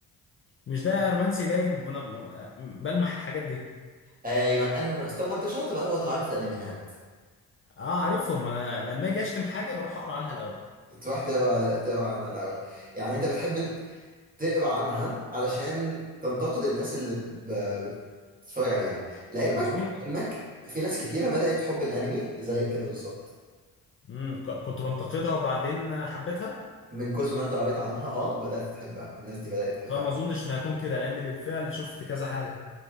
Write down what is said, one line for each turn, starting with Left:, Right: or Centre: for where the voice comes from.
Left: مش ده رومانسي باين ما انا م- م- بلمح الحاجات دي
Right: ايوه انمي طب ما انت شاطر بقى هو تبقى عارف الانميات
Left: اه عارفهم انا لما اجي اشتم حاجه بروح اقرا عنها الاول
Right: تروح تقرا تقرا عنها الاول يعني انت بتحب ت- تقرا عنها علشان تنتقد الناس اللي ب... بتتفرج عليها لعلمك
Left: مظبوط
Right: علمك في ناس كتيره بدات تحب الانمي زيك كده بالظبط
Left: امم ك- كنت بنتقدها وبعدين حبيتها
Right: من كثر ما انت قريت عنها اه بدات تحبها الناس دي بدات تحبها
Left: فما اظنش ان هكون كده لان بالفعل شفت كذا حاجه